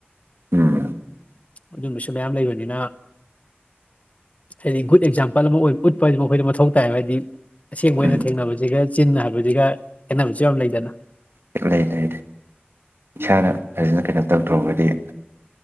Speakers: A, on the right; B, on the left.
A: ꯎꯝ
B: ꯑꯗꯨꯝꯕꯁꯨ ꯃꯌꯥꯝ ꯂꯩꯕꯅꯤꯅ ꯍꯥꯏꯗꯤ ꯒꯨꯗ ꯑꯦꯛꯖꯥꯝꯄꯜ ꯑꯃ ꯑꯣꯏ ꯎꯠꯄ ꯍꯥꯏꯗꯤ ꯃꯈꯣꯏꯗ ꯃꯊꯧ ꯇꯥꯏꯕ ꯍꯥꯏꯗꯤ ꯑꯁꯦꯡꯕ ꯑꯣꯏꯅ
A: ꯎꯝ
B: ꯊꯦꯡꯅꯕꯁꯤꯒ ꯆꯤꯟꯅ ꯍꯥꯏꯕꯁꯤꯒ ꯈꯦꯠꯅꯕꯁꯨ ꯌꯥꯝ ꯂꯩꯗꯅ
A: ꯑꯩꯈꯣꯏ ꯂꯩ ꯂꯩ ꯏꯁꯥꯅ ꯐꯖꯅ ꯀꯩꯅꯣ ꯇꯧꯊꯣꯍꯧꯔꯗꯤ